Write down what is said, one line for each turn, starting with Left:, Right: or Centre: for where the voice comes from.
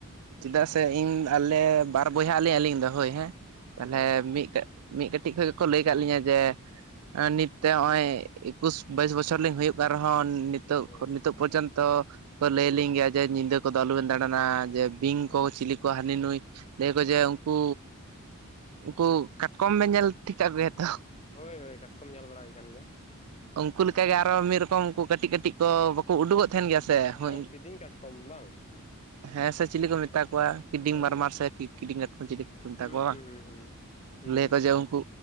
Right: ᱪᱮᱫᱟᱜ ᱥᱮ ᱤᱧ ᱟᱞᱮ ᱵᱟᱨ ᱵᱚᱭᱦᱟᱜ-ᱟᱞᱮ ᱟᱞᱤᱧ ᱫᱚ ᱦᱳᱭ ᱦᱮᱸ ᱛᱟᱞᱦᱮ
Left: ᱦᱳᱭ ᱦᱳᱭ
Right: ᱢᱤᱫᱴᱮᱡ ᱢᱤᱫ ᱠᱟᱹᱴᱤᱡ ᱠᱷᱚᱡ ᱜᱮᱠᱚ ᱞᱟᱹᱭ ᱠᱟᱜ ᱞᱤᱧᱟᱹ ᱡᱮ ᱟᱨ ᱱᱤᱛᱛᱮ ᱦᱚᱸᱜ-ᱚᱭ ᱮᱠᱩᱥ, ᱵᱟᱭᱤᱥ ᱵᱚᱪᱷᱚᱨ ᱞᱤᱧ ᱦᱩᱭᱩᱜ ᱠᱟᱱ ᱨᱮᱦᱚᱸ ᱱᱤᱛ ᱱᱤᱛᱳᱜ,
Left: ᱦᱳᱭ
Right: ᱱᱤᱛᱳᱜ ᱯᱚᱨᱡᱚᱱᱛᱚ ᱠᱚ ᱞᱟᱹᱭᱟᱞᱤᱧ ᱜᱮᱭᱟ ᱡᱮ ᱧᱤᱫᱟᱹ ᱠᱚᱫᱚ ᱟᱞᱚᱵᱮᱱ ᱫᱟᱬᱟᱱᱟ, ᱡᱮ ᱵᱤᱧ ᱠᱚ, ᱪᱤᱞᱤ ᱠᱚ ᱦᱟᱱᱤ ᱱᱩᱭ ᱞᱟᱹᱭᱟ ᱠᱚ ᱡᱮ ᱩᱝᱠᱩ ᱩᱝᱠᱩ ᱠᱟᱴᱠᱚᱢ ᱵᱮᱱ ᱧᱮᱞ ᱴᱷᱤᱠ ᱠᱟᱜ ᱠᱚᱜᱮᱭᱟ ᱛᱚ?
Left: ᱦᱳᱭ ᱦᱳᱭ, ᱠᱟᱴᱠᱚᱢ ᱧᱮᱞ ᱵᱟᱲᱟ ᱦᱩᱭ ᱠᱟᱱ ᱜᱮᱭᱟ᱾
Right: ᱩᱝᱠᱩ ᱞᱮᱠᱟᱜᱮ ᱟᱨᱚ ᱢᱤᱫ ᱨᱚᱠᱚᱢ ᱩᱝᱠᱩ ᱠᱟᱹᱴᱤᱡ ᱠᱟᱹᱴᱤᱡ ᱠᱚ ᱵᱟᱠᱚ ᱩᱰᱩᱠᱚᱜ ᱛᱟᱸᱦᱮᱱ ᱜᱮᱭᱟ
Left: ᱠᱤᱫᱤᱧ
Right: ᱥᱮ
Left: ᱦᱮᱸ
Right: ᱦᱳᱭ,
Left: ᱠᱤᱫᱤᱧ ᱠᱟᱴᱠᱚᱢ ᱵᱟᱝ
Right: ᱦᱮᱸ ᱥᱮ᱾ ᱪᱮᱞᱮ ᱠᱚ ᱢᱮᱛᱟ ᱠᱚᱣᱟ ᱠᱤᱫᱤᱧ
Left: ᱦᱳᱭ
Right: ᱢᱟᱨᱢᱟᱨ
Left: ᱦᱳᱭ
Right: ᱥᱮ ᱠᱤ ᱠᱤᱫᱤᱧ ᱠᱟᱴᱠᱚᱢ ᱪᱤᱞᱤ? ᱢᱮᱛᱟ
Left: ᱦᱩᱸ
Right: ᱠᱚᱣᱟ,
Left: ᱦᱩᱸ ᱦᱩᱸ ᱦᱩᱸ ᱦᱩᱸ
Right: ᱞᱟᱹᱭᱟᱠᱚ
Left: ᱦᱩᱸ
Right: ᱡᱮ ᱩᱝᱠᱩ